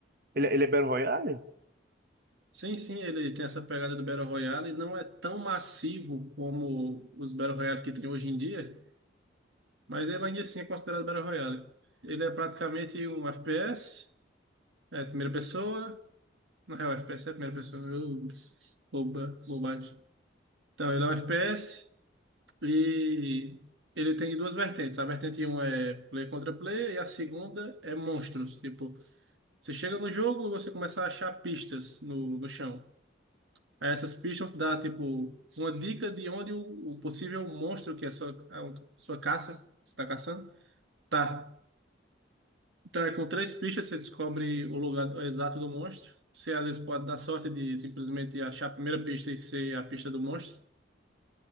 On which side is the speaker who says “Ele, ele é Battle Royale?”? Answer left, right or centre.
Right